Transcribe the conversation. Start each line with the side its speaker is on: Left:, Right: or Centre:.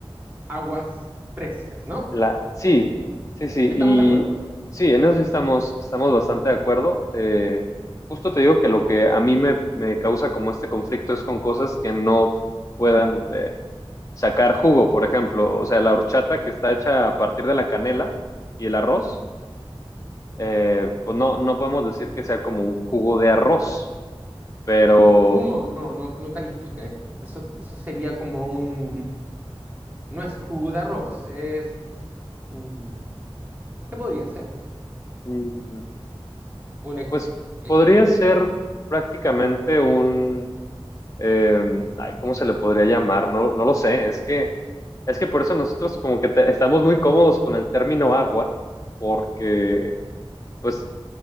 Right: aguas frescas, ¿no?
Left: La, sí, sí, sí,
Right: ¿Estamos
Left: y
Right: de acuerdo?
Left: sí, en eso sí estamos, estamos bastante de acuerdo. Eh, justo te digo que lo que a mí me, me causa como este conflicto es con cosas que no puedan eh, sacar jugo, por ejemplo, o sea, la horchata que está hecha a partir de la canela y el arroz eh, pues no, no podemos decir que sea como un jugo de arroz, pero
Right: No, no, no, no califica. es- Eso, eso sería como un... No es jugo de arroz, es... mm, ¿Qué podría ser?
Left: mm,
Right: un ex-
Left: pues
Right: ex-
Left: podría ser prácticamente un, eh, ay, ¿cómo se le podría llamar? No, no lo sé, es que, es que por eso nosotros como que te- estamos muy cómodos con el término agua, porque pues